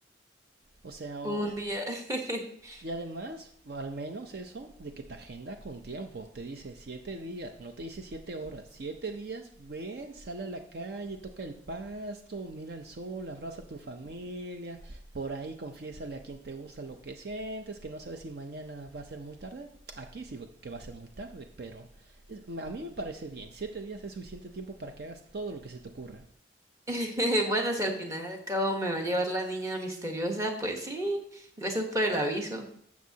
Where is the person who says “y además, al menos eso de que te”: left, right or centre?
Right